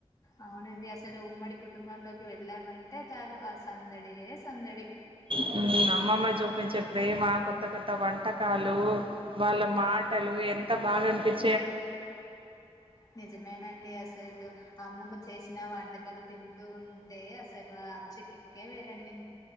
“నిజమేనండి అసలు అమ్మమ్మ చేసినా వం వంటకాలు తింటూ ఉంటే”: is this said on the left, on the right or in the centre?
Left